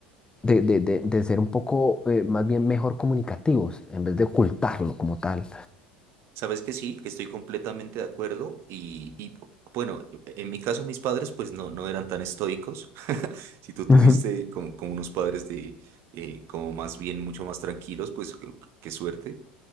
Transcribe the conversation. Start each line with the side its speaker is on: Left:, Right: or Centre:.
Left: de, de- de- de ser un poco eh, más bien mejor comunicativos en vez de ocultarlo como tal.
Right: Sabes que sí, que estoy completamente de acuerdo y, y, bueno, en mi caso mis padres pues no, no eran tan estoicos. <laughs> Si tú tuviste
Left: Ujú.
Right: como, como unos padres de eh, como más bien mucho más tranquilos, pues qué qué suerte.